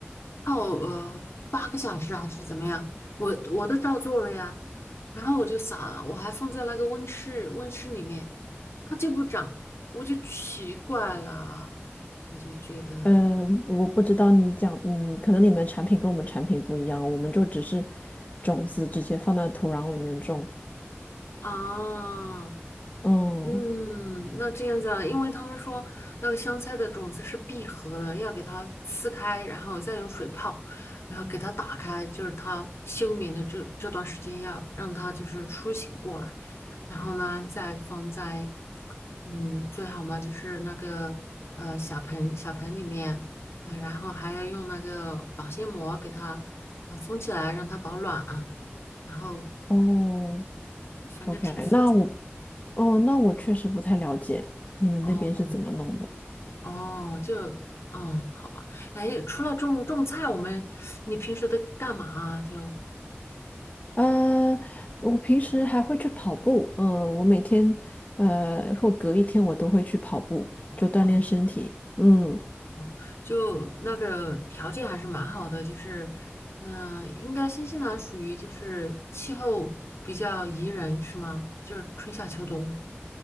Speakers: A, on the left; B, on the left.
A: 泡呃八个小时还是怎么样，我我都照做了呀。然后我就撒了，我还放在那个温室温室里面。它就不长，我就奇怪了，我就觉得
B: 嗯，我不知道你讲你可能你们产品跟我们产品不一样，我们就只是种子直接放在土壤里面种。
A: 啊，
B: 嗯，
A: 嗯，那这样子啊，因为他们说那个香菜的种子是闭合的，要给它撕开，然后再用水泡，然后给它打开，就是它休眠的这这段时间要让它就是苏醒过来，然后呢再放在嗯，最好嘛就是那个呃小盆小盆里面，嗯、然后还要用那个保鲜膜给它呃封起来，让它保暖啊。然后
B: 哦，
A: 反正挺复杂
B: OK，那我哦，那我确实不太了解你们那边是怎么弄的。
A: 哦哦，就嗯好吧。哎，除了种种菜，我们你平时都干嘛啊？就
B: 呃，我平时还会去跑步，嗯、我每天呃或隔一天我都会去跑步，就锻炼身体。
A: 哦
B: 嗯，
A: 哦，就那个条件还是蛮好的，就是嗯、呃应该新西兰属于就是气候比较宜人是吗？就是春夏秋冬